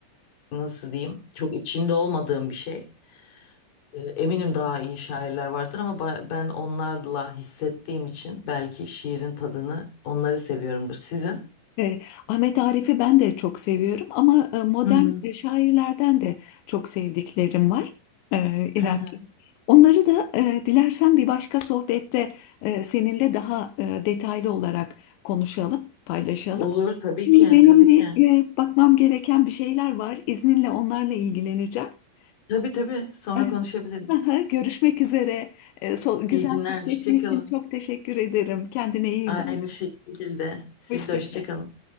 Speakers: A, on the left; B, on the left.
A: nasıl diyeyim çok içinde olmadığım bir şey. E, eminim daha iyi şairler vardır ama ba- ben onlarla hissettiğim için belki şiirin tadını onları seviyorumdur. Sizin?
B: E, Ahmet Arif'i ben de çok seviyorum ama e, modern
A: Hı hı.
B: e, şairlerden de çok sevdiklerim var e, İremciğim.
A: Hı hı.
B: Onları da e, dilersen bir başka sohbette e, seninle daha e, detaylı olarak konuşalım, paylaşalım.
A: Olur tabii
B: Şimdi
A: ki,
B: benim
A: tabii
B: bir
A: ki.
B: e, bakmam gereken bir şeyler var. İzninle onlarla ilgileneceğim. <laughs>
A: Tabii tabii sonra
B: Evet.
A: konuşabiliriz.
B: Aha, Görüşmek üzere. E, so- güzel
A: İyi günler,
B: sohbetin
A: hoşça kalın.
B: için çok teşekkür ederim. Kendine iyi
A: Aynı
B: bak.
A: şekilde siz
B: Hoşça
A: de hoşça
B: kal.
A: kalın.